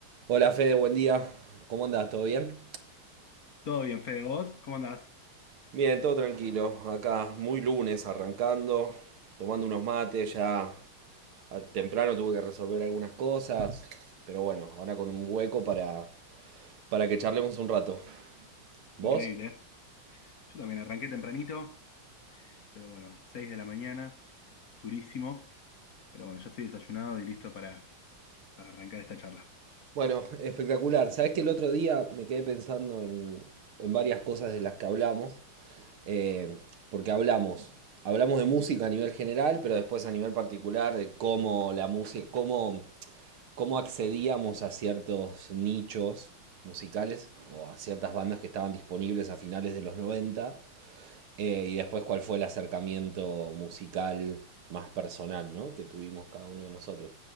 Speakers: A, on the right; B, on the left.
A: Hola Fede, buen día. ¿Cómo andás? ¿Todo bien?
B: Todo bien, Fede, ¿vos? ¿Cómo andás?
A: Bien, todo tranquilo. Acá muy lunes arrancando, tomando unos mates, ya temprano tuve que resolver algunas cosas, pero bueno, ahora con un hueco para, para que charlemos un rato. ¿Vos?
B: Increíble, ¿eh? Yo también arranqué tempranito, pero bueno, 6 de la mañana, durísimo. Pero bueno, ya estoy desayunado y listo para, para arrancar esta charla.
A: Bueno, espectacular. Sabés que el otro día me quedé pensando en, en varias cosas de las que hablamos, eh, porque hablamos, hablamos de música a nivel general, pero después a nivel particular de cómo la música, cómo cómo accedíamos a ciertos nichos musicales o a ciertas bandas que estaban disponibles a finales de los noventa eh, y después cuál fue el acercamiento musical más personal ¿no? que tuvimos cada uno de nosotros.